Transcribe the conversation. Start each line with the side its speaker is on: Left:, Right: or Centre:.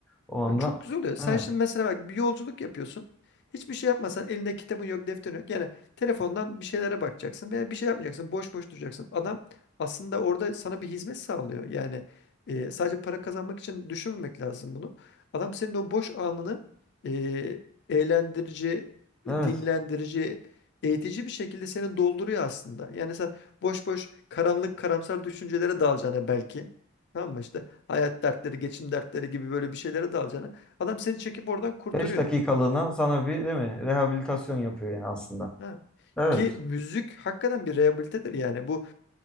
Centre: O anda
Left: Ya Çok güzel oluyor. Sen
Centre: evet
Left: şimdi mesela bak bir yolculuk yapıyorsun. Hiçbir şey yapmasan elinde kitabın yok, defterin yok. Yani telefondan bir şeylere bakacaksın veya bir şey yapmayacaksın. Boş boş duracaksın. Adam aslında orada sana bir hizmet sağlıyor. Yani e, sadece para kazanmak için düşünmemek lazım bunu. Adam senin o boş anını e, eğlendirici,
Centre: evet
Left: dinlendirici, eğitici bir şekilde seni dolduruyor aslında. Yani sen boş boş karanlık, karamsar düşüncelere dalacağına belki. Tamam mı işte? Hayat dertleri, geçim dertleri gibi böyle bir şeylere dalacağına adam seni çekip oradan kurtarıyor.
Centre: 5 dakikalığına sana bir değil mi rehabilitasyon yapıyor yani aslında.
Left: Ha.
Centre: Evet
Left: Ki müzik hakikaten bir rehabilitedir yani. Bu